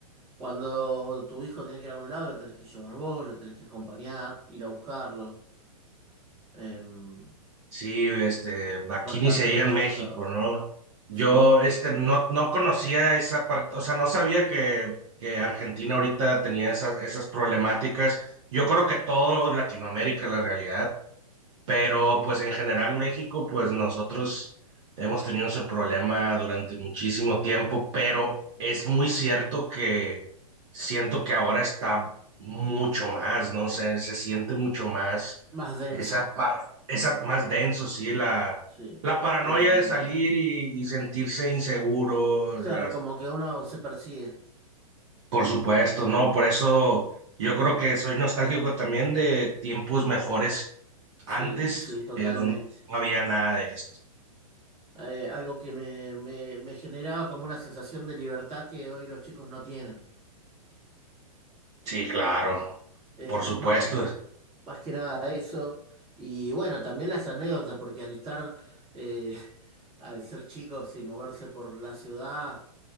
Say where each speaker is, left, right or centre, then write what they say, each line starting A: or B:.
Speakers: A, on the right (about 25°); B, on the right (about 50°).
A: cuando tu hijo tiene que ir a un lado, lo tenés que llevar vos, lo tenés que acompañar, ir a buscarlo. Em,
B: Sí, este, aquí
A: es bastante
B: ni se diga
A: complicado,
B: en México, ¿no? Yo,
A: sí.
B: este, no, no conocía esa parte, o sea, no sabía que, que Argentina ahorita tenía esas, esas problemáticas. Yo creo que todo Latinoamérica, la realidad, pero pues en general México, pues nosotros hemos tenido ese problema durante muchísimo tiempo, pero es muy cierto que siento que ahora está mucho más, ¿no? Se, se siente mucho más
A: Más denso,
B: esa, pa- esa más denso, sí, la,
A: sí,
B: la paranoia
A: el ambiente.
B: de salir y, y sentirse inseguro,
A: Claro,
B: o sea,
A: como que uno se persigue.
B: por supuesto, no, por eso yo creo que soy nostálgico también de tiempos mejores
A: Sí,
B: antes,
A: sí, totalmente.
B: eh, donde no había nada de esto.
A: Eh, algo que me, me, me generaba como una sensación de libertad que hoy los chicos no tienen.
B: Sí, claro,
A: Es,
B: por
A: es
B: supuesto,
A: más que, más que nada eso. Y bueno, también las anécdotas, porque al estar, eh, <laughs> al ser chicos y moverse por la ciudad,